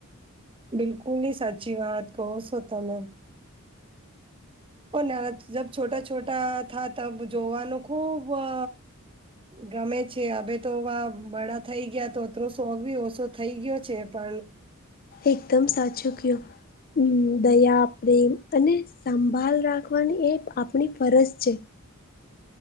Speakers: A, on the right; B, on the left.
A: બિલકુલ હી સાચી વાત કહો સો તમે. ઓ નાથ જબ છોટા છોટા થા તબ જોવાનું ખુબ અ ગમે છે હવે તો વા બડા થઈ ગયા તો તો શોખ બી ઓછો થઈ ગયો છે પણ
B: એકદમ સાચું કયો હમ દયા, પ્રેમ અને સાંભાલ રાખવાની એક આપણી ફરજ છે.